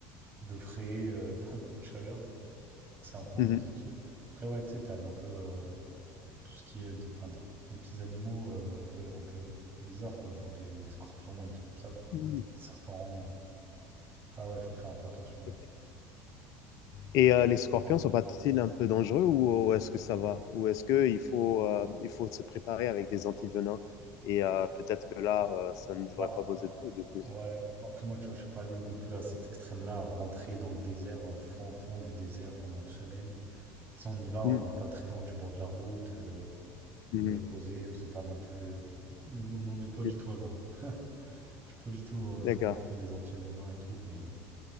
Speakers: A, on the right; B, on the left.
A: de frais, euh, <laughs> pas beaucoup de chaleur. C'est un point
B: mhm.
A: positif. Après, ouais, tu sais, t'as un peu euh, tout ce qui est de- enfin, des, des petits animaux euh, un peu, un peu bizarres, quoi, genre les, les scorpions, les trucs comme ça, quoi.
B: Mhm.
A: Les serpents, euh, ça, ouais, faut faire un peu attention.
B: Ok. Et euh, les scorpions sont pas-ils un peu dangereux ou, ou est-ce que ça va? Ou est-ce qu'il faut, euh, il faut se préparer avec des antivenins? Et euh, peut-être que là, euh, ça ne devrait
A: Bah,
B: pas poser de de soucis.
A: ouais, après, moi, tu vois, je suis pas allé non plus à cet extrême-là, à rentrer dans le désert, dans le fond, fond du désert pendant une semaine. Si on y va, on
B: Mmh,
A: n'est pas très loin du bord de la route, euh,
B: mmh,
A: on est posé, euh, c'est pas non plus. euh, on n'en est pas du
B: mmh.
A: tout à là. <laughs> Je suis pas du tout euh, un
B: D'accord,
A: truc de prendre des antivenins et tout, mais, euh,